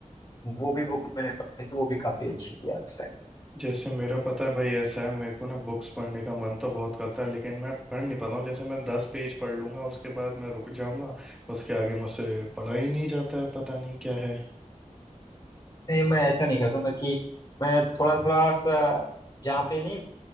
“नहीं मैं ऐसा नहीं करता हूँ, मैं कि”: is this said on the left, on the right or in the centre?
Left